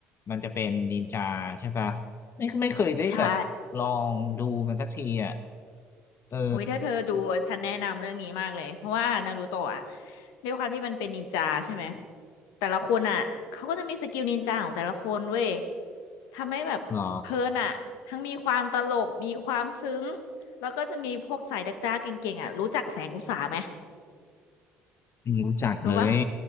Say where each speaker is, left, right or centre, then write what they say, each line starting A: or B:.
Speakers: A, on the left; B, on the left.
A: มันจะเป็นนินจาใช่ปะไม่ไม่เคยได้แบบลองดูมันสักทีอ่ะ
B: ใช่
A: เออ
B: อุ้ยถ้าเธอดูฉันแนะนำเรื่องนี้มากเลยเพราะว่านารูโตะอ่ะด้วยความที่มันเป็นนินจาใช่ไหมแต่ละคนอ่ะเขาก็จะมีสกิลนินจาของแต่ละคนเว้ยทำให้แบบเพลินอ่ะทั้งมีความตลกมีความซึ้ง
A: เหรอ
B: แล้วก็จะมีพวกสายดักดาเก่งๆอ่ะรู้จักแสงอุตสาไหม
A: ไม่รู้จักเลย
B: รู้ปะ